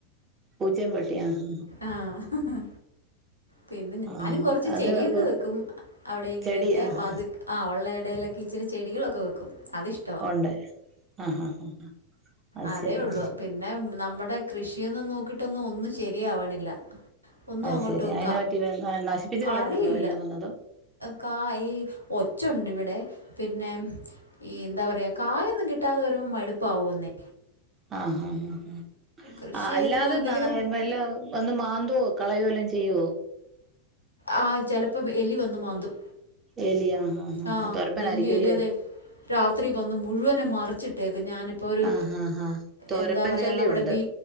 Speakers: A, on the right (about 20°); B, on the left (about 85°).
A: പൂച്ചയും പട്ടിയും ആഹ്
B: ആഹ് പിന്നെ ഞാനും
A: ആഹ് ആഹ്
B: കൊറച്ച്
A: അത്
B: ചെടിയൊക്കെ
A: അപ്പൊ
B: വെക്കും അവിടെയിങ്ങനെയൊക്കെ
A: ചെടി ആഹ്
B: വാത് ആഹ് ഒള്ള എടേലൊക്കെ ഇച്ചിരി ചെടികളൊക്കെ വെക്കും അതിഷ്
A: ഒണ്ട് ആഹ് ആഹ് അഹ് ആഹ് അത്
B: അതേ
A: സെരിയ
B: ഉള്ളൂ പിന്നെ നമ്മടെ കൃഷിയൊന്നും നോക്കിയ്ട്ടൊന്നും ഒന്നും ശരിയാവണില്ല ഒന്നും
A: അഹ്ശെരി
B: അങ്ങോട്ട്
A: അയെന്നാ
B: ക
A: പറ്റി വ നശിപ്പിച്ച് കളയുന്നുണ്ടോ
B: അറിയില്ല
A: വല്ലോം വന്നത്?
B: കാ ഈ ഒച്ചുണ്ടിവിടെ പിന്നെ ഈ എന്താ പറയാ കായൊന്നും കിട്ടാതെ വരുമ്പോ മടുപ്പാവൂന്നേ
A: ആഹ് ആഹ് ഉം ഉം
B: കൃഷി
A: അ
B: ചെയ്തെന്ന്
A: അല്ലാതെ
B: എന്തെങ്കിലും
A: ന വല്ല വന്ന് മാന്തുവോ കളയോ വെല്ലോം ചെയ്യോ
B: ആഹ് ചെലപ്പം എലി വന്നു മാന്തും
A: എലി ആഹ് ആഹ് ആഹ്
B: ആ
A: തൊരപ്പനായിരിക്കുല്ലേ
B: വലിയ എലി അതെ രാത്രി വന്ന് മുഴുവനും മറിച്ചിട്ടേക്കും ഞാന് ഇപ്പോ ഒരു
A: ആഹ് ആഹ് ആഹ് തൊരപ്പൻ
B: എന്താ പറയ
A: ശല്യം
B: നമ്മുടെ
A: ഉണ്ട്
B: ബീ